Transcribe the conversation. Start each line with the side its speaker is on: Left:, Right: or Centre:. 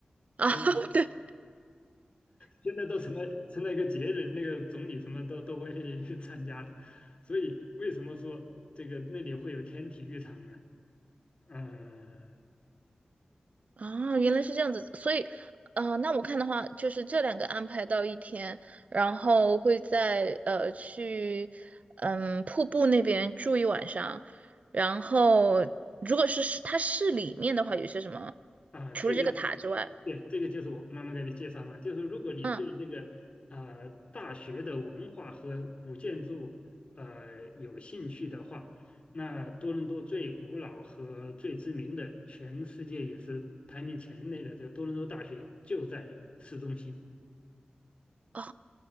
Right: 啊，
Left: 所以
Right: <laughs> 对。
Left: 现在都成了成了一个节日，那个总理什么都都会去 <laughs> 参加的。所以为什么说这个那里会有天体育场呢？嗯、
Right: 啊，原来是这样子，所以，呃，那我看的话，就是这两个安排到一天，然后会在呃去，嗯，瀑布那边住一晚上，然后如果是市它市里面的话，有些什么，
Left: 啊，
Right: 除了这个塔之外，
Left: 这个，对，这个就是我妈妈给你介绍嘛，就是如果你对这个呃大学的文化和古建筑呃有兴趣的话，
Right: 嗯，
Left: 那多伦多最古老和最知名的，全世界也是排名前列的这个多伦多大学就在市中心。
Right: 哦，